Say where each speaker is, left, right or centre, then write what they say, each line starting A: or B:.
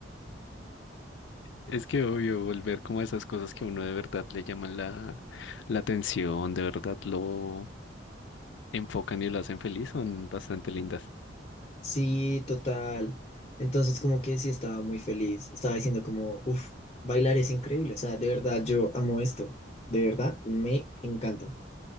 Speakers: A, on the left; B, on the left.
A: Es que obvio, volver como a esas cosas que a uno de verdad le llaman la, la atención, de verdad lo enfocan y lo hacen feliz, son bastante lindas.
B: Sí, total. Entonces como que sí estaba muy feliz. Estaba diciendo como, uff, bailar es increíble. O sea, de verdad yo amo esto. De verdad, me encanta.